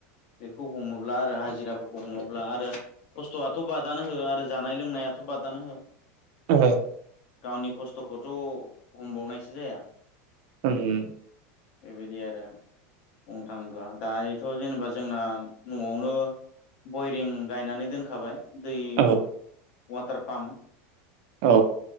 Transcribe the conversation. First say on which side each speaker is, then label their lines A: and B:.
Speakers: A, on the left; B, on the right.
A: बेखौ हमोब्ला आरो हाजिराफो हमोब्ला आरो खस्थ'आथ' बादानो हो आरो जानाय लोंनायाथ' बादानो हो।
B: ओ।
A: गावनि खस्थ'खौथ' हमबावनायसो जाया।
B: ओम।
A: बेबायदि आरो बुंनो थाङोब्ला दायो थ' जेनेबा जोंना न'आवनो बयरिं गायनानै दोनखाबाय। दै अवाटार
B: औ
A: पाम्फ।
B: औ।